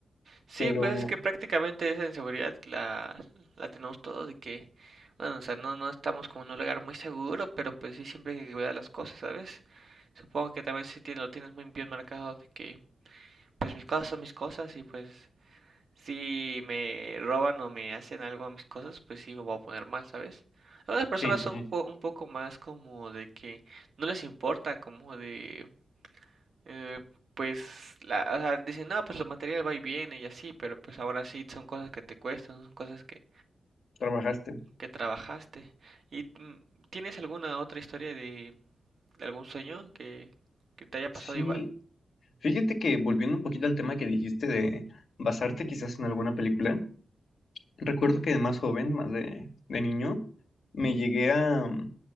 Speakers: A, on the right; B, on the left.
A: Sí,
B: Pero
A: pues es que prácticamente esa inseguridad la, la tenemos todos de que, bueno, o sea, no, no estamos como en un lugar muy seguro, pero pues sí, siempre hay que cuidar las cosas, ¿sabes? Supongo que también sí tiene- lo tienes muy bien marcado de que, pues mis cosas son mis cosas y pues si me roban o me hacen algo a mis cosas, pues sí me voy a poner mal, ¿sabes? Algunas personas
B: sí, sí,
A: son
B: sí,
A: un po- un poco más como de que no les importa, como de, eh, pues la, o sea, dicen, no, pues lo material va y viene y así, pero pues ahora sí son cosas que te cuestan, son cosas que,
B: trabajaste.
A: que trabajaste. ¿Y mm, tienes alguna otra historia de, de algún sueño que, que te haya pasado
B: Sí,
A: igual?
B: fíjate que volviendo un poquito al tema que dijiste de basarte quizás en alguna película, recuerdo que de más joven, más de, de niño, me llegué a